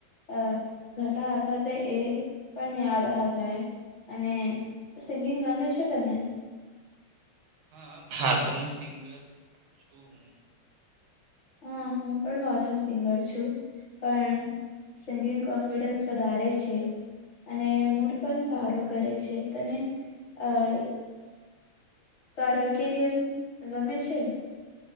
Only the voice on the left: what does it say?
અહ ઘટા હતા તે એ પણ યાદ આ જાય. અને સિંગિંગ ગમે છે તમે?
હા હું પણ બાથરૂમ સિંગર છું. પણ સિંગિંગ કોન્ફિડન્સ વધારે છે. અને મૂડ પણ સારું કરે છે, તને અહ કારો કે કેમ ગમે છે?